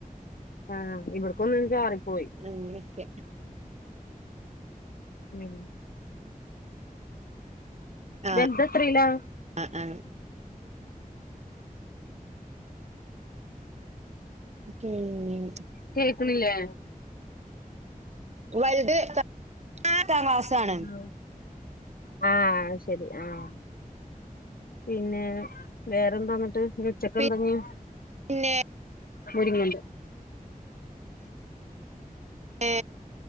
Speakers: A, on the left; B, on the right.
A: ആഹ് ഇവിടക്കൊന്ന് ചാറിപ്പോയി
B: അങ്ങനൊക്കെ
A: ഉം
B: ആ
A: വൽദെത്രീലാ
B: ആ ആ ഉം
A: കേക്ക്ണില്ലേ
B: വൽത് എട്ടാം ക്ലാസാണ്
A: ഉം ആഹ് അത്ശരി ആഹ് പിന്നെ വേറെന്താ ന്നട്ട് ഇഞ്ഞ് ഉച്ചക്കെന്തഞ്ഞി
B: പി പിന്നെ
A: മുരിങ്ങണ്ട്
B: ഏ